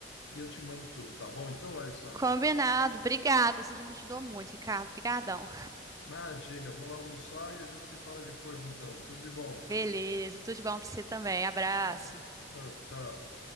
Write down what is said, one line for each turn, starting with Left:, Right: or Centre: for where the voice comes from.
Left: e eu te mando tudo, tá bom? Então, Larissa,
Right: Combinado, obrigada. Você já me ajudou muito, Ricardo. Obrigadão.
Left: imagina, eu vou lá almoçar e a gente se fala depois então. Tudo de bom.
Right: Beleza, tudo de bom para você também. Abraço.
Left: Tchau. Ah, Tchau.